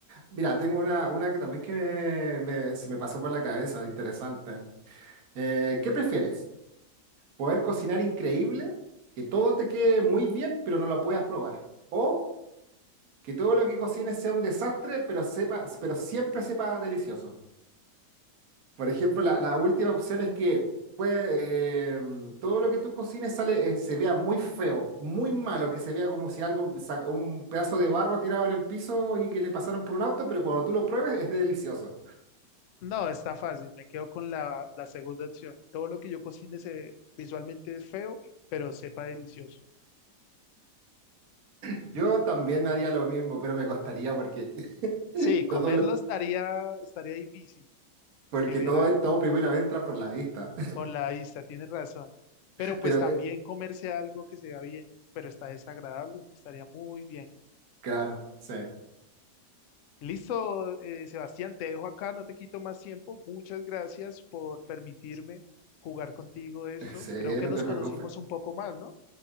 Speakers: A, on the right (about 55°); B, on the left (about 75°).
A: mira, tengo una, una que también que me- me- se me pasó por la cabeza, interesante. Eh, ¿qué prefieres? ¿Poder cocinar increíble, que todo te quede muy bien, pero no lo puedas probar? ¿O que todo lo que cocines sea un desastre, pero sepa, pero siempre sepa delicioso? Por ejemplo, la, la última opción es que pues, em, todo lo que tú cocines sale, eh, se vea muy feo, muy malo, que se vea como si algo, saca- un pedazo de barro tirado en el piso y que le pasaron por un auto, pero cuando tú lo pruebes es delicioso.
B: No, está fácil, me quedo con la, la segunda opción. Todo lo que yo cocine se, visualmente es feo, pero sepa delicioso.
A: Yo también haría lo mismo, pero me costaría porque <laughs>
B: Sí, comerlo
A: todo, lo-
B: estaría, estaría difícil.
A: porque
B: Que ver,
A: todo, es- todo primero entra por la vista. <laughs>
B: Por la vista, tienes razón. Pero pues
A: Pero
B: también
A: eh,
B: comerse algo que se vea bien, pero está desagradable, no estaría muy bien.
A: claro, sí,
B: Listo, eh, Sebastián, te dejo acá, no te quito más tiempo. Muchas gracias por permitirme jugar contigo eso.
A: <laughs> sí,
B: Creo que
A: no
B: nos
A: te
B: conocimos
A: preocupes,
B: un poco más, ¿no?